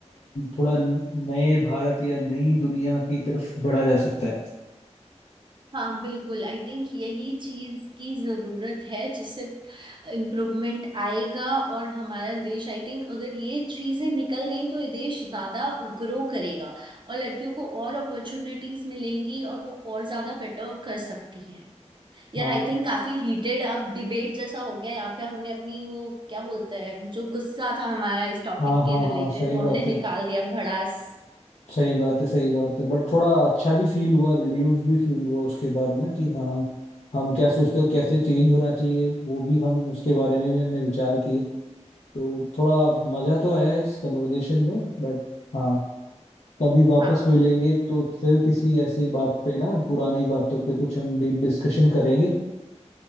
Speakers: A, on the left; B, on the right.
A: थोड़ा नए भारत या नई दुनिया की तरफ बढ़ा जा सकता है
B: हाँ बिल्कुल आई थिंक यही चीज की जरूरत है जिससे इम्प्रूवमेंट आएगा और हमारा देश आई थिंक अगर ये चीजें निकल गई तो ये देश ज्यादा ग्रो करेगा और लड़कियों को और अपॉर्चुनिटीज मिलेंगी और वो और ज्यादा बेटर कर सकती हैं यार
A: हाँ
B: आई थिंक काफी हीटेड अब डिबेट जैसा हो गया यहाँ पे हमने अपनी वो क्या बोलते हैं जो गुस्सा था हमारा इस टॉपिक
A: हाँ
B: के
A: हाँ हाँ
B: रिलेटेड
A: सही
B: वो हमने
A: बात
B: निकाल
A: है
B: दिया भड़ास
A: सही बात है सही बात है बट थोड़ा अच्छा भी फील हुआ रिलीव्ड भी फील हुआ उसके बाद ना कि हाँ हम क्या सोचते हो कैसे चेंज होना चाहिए वो भी हम उसके बारे में भी हमने विचार किए तो थोड़ा मजा तो आया इस कन्वर्सेशन में बट हाँ कभी वापस
B: हाँ
A: मिलेंगे तो फिर किसी ऐसी बात पे ना पुरानी बातों पे कुछ हम डीप डिस्कशन करेंगे